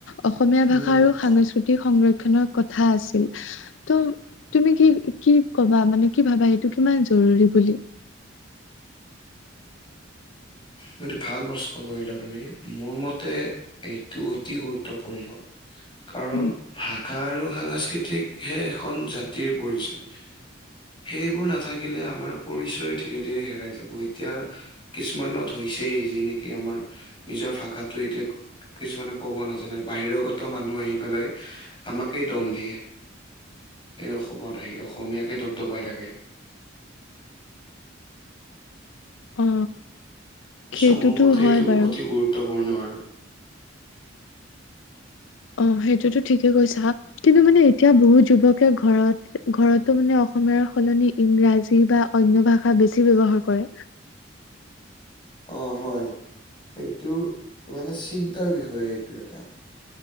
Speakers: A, on the left; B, on the left.
A: অসমীয়া ভাষা
B: উম
A: আৰু সাংস্কৃ সাংস্কৃতিক সংৰক্ষনৰ কথা আছিল। ত' তুমি কি কি কবা মানে কি ভাবা সেইটো কিমান জৰুৰী বুলি? <inaudible>
B: তুমিতো ভাল প্ৰশ্ন কৰিলা তেনেকে মোৰ মতে এইটো অতি গুৰুত্বপূৰ্ণ কাৰণ
A: উম
B: ভাগ আৰু সাংস্কৃতিকহে এখন জাতিৰ পৰিচয়। সেইবোৰ নাথাকিলে আমাৰ পৰিচয় ধীৰে ধীৰে হেৰাই যাব এতিয়া কিছুমানত হৈছেই যি নেকি আমাৰ নিজৰ ভাষাটো এতিয়া কিছুমানে ক'ব নাজানে বাহিৰগত মানুহ আহি পেলাই আমাকেই দম দিয়ে। সেই অসমত আহি অসমীয়াকে দব দপাই থাকে।
A: অ। সেইটোতো
B: চ' মোৰ মতে
A: হয়
B: এইটো
A: বাৰু
B: অতি গুৰুত্বপূৰ্ণ আৰু।
A: অ সেইটোতো ঠিকে কৈছা হা কিন্তু মানে এতিয়া বহুত যুৱক কে ঘৰত ঘৰতো মানে অসমীয়াৰ সলনি ইংৰাজী বা অন্য ভাষা বেছি ব্যৱহাৰ কৰে।
B: অ হয় সেইটো মানে চিন্তাৰ বিষয়ে সেইটো এটা